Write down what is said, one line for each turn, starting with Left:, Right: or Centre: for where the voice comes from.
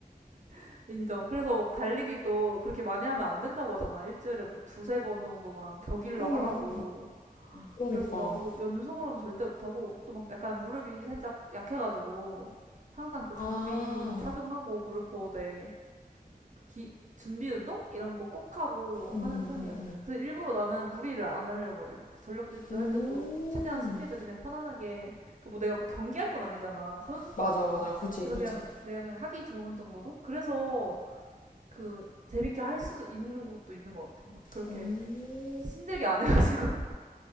Right: <laughs> 인정. 그래서 막 달리기도 그렇게 많이 하면 안 된다고 하잖아. 일주일에 뭐 두세 번 정도만 격일로
Left: 음,
Right: 하라고.
Left: 그러니까.
Right: 그래서 나도 연속으로는 절대 못하고 또 막 약간 무릎이 살짝 약해가지고 항상 그
Left: 아,
Right: 장비 착용하고 무릎 보호대 기, 준비 운동 이런 거 꼭 하고
Left: 음,
Right: 하는 편이야.
Left: 음,
Right: 그래서 일부러 나는 무리를 안 하려고 그래. 그 전력 질주
Left: 음.
Right: 할 때도 최대한 스피드 그냥 편안하게 그뭐 내가 뭐 경기할 건 아니잖아. 선수도
Left: 맞아,
Right: 아니고.
Left: 맞아. 그지,
Right: 그래서
Left: 그지.
Right: 그냥 내가 그냥 하기 좋은 정도로. 그래서 그 재밌게 할 수도 있는 것도 있는 것 같아. 막 그렇게
Left: 오.
Right: 힘들게 안 해가지고.